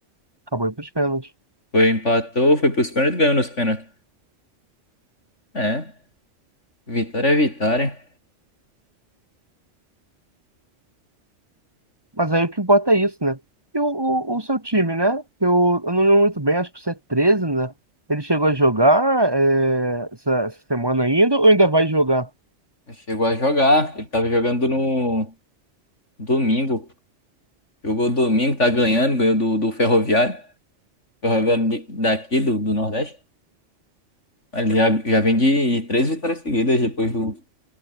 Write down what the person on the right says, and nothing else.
acabou indo para os pênaltis.
Mas aí o que importa é isso, né? E o, o, o seu time, né? Eu, eu não lembro muito bem, acho que o c treze né? Ele chegou a jogar é, essa, essa semana ainda ou ainda vai jogar?